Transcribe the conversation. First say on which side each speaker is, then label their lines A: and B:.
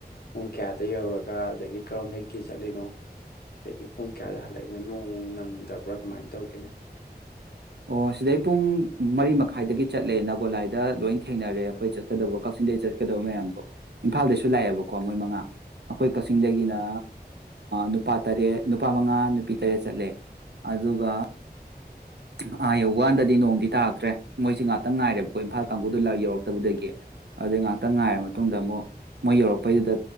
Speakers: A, on the left (about 70°); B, on the right (about 80°).
A: ꯄꯨꯡ ꯀꯌꯥꯗ ꯌꯧꯔꯒ ꯑꯗꯒꯤ ꯀꯔꯝꯗꯒꯤꯩꯗꯒꯤ ꯆꯠꯂꯤꯅꯣ ꯑꯗꯒꯤ ꯄꯨꯡ ꯀꯌꯥꯗ ꯍꯜꯂꯛꯏꯅꯣ ꯅꯣꯡ ꯅꯪꯗ꯭ꯔꯕ ꯭ꯔ ꯀꯃꯥꯏꯅ ꯇꯧꯒꯦꯅꯦ
B: ꯑꯣ ꯁꯤꯗꯩ ꯄꯨꯡ ꯃꯔꯤ ꯃꯈꯥꯏꯗꯒꯤ ꯆꯠꯂꯦ ꯒꯣꯂꯥꯏꯗ ꯂꯣꯏ ꯊꯦꯡꯅꯔꯦ ꯑꯩꯈꯣꯏ ꯆꯠꯀꯗꯕ ꯀꯛꯆꯤꯡꯗꯒꯤ ꯆꯠꯀꯗꯕ ꯃꯌꯥꯝꯗꯣ ꯏꯝꯐꯥꯜꯗꯁꯨ ꯂꯥꯛꯑꯦꯕꯀꯣ ꯃꯣꯏ ꯃꯉꯥ ꯑꯩꯈꯣꯏ ꯀꯛꯆꯤꯡꯗꯒꯤꯅ ꯅꯨꯄꯥ ꯇꯔꯦꯠ ꯅꯨꯄꯥ ꯃꯉꯥ ꯅꯨꯄꯤ ꯇꯔꯦꯠ ꯆꯠꯂꯦ ꯑꯗꯨꯒ ꯑ ꯌꯧ ꯋꯥꯗ ꯗꯤ ꯅꯣꯡꯗꯤ ꯇꯥꯔꯛꯇ꯭ꯔꯦ ꯃꯣꯏꯁꯤ ꯉꯥꯛꯇꯪ ꯉꯥꯏꯔꯦꯕꯀꯣ ꯏꯝꯐꯥꯜ ꯀꯥꯡꯕꯨꯗꯨ ꯌꯧꯔꯛꯇꯕꯗꯒꯤ ꯑꯗꯨꯗꯩ ꯉꯥꯛꯇꯪ ꯉꯥꯏꯔ ꯃꯇꯨꯡꯗ ꯑꯃꯨꯛ ꯃꯣꯏ ꯌꯧꯔꯛꯄꯩꯗꯨꯗ